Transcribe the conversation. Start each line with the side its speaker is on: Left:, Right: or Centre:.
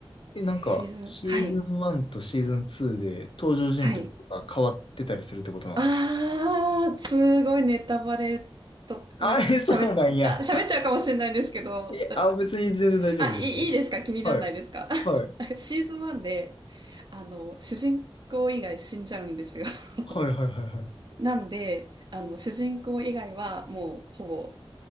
Left: え、なんか、
Right: シーズン、
Left: シーズン1とシーズン2で登場人物とか変わってたりするってことなんですか
Right: はい、はい。ああ、すごいネタバレとに喋っ、
Left: あれ、そうなんや。
Right: あ、喋っちゃうかもしれないんですけど、
Left: え、
Right: だ、
Left: あ、別に全然大丈夫ですね。
Right: あ、い、いいですか気にならないですか
Left: はい。はい。
Right: <laughs> シーズン1で、あの、主人公以外死んじゃうんですよ。<laughs>
Left: はいはいはいはい。
Right: なんで、あの、主人公以外はもうほぼ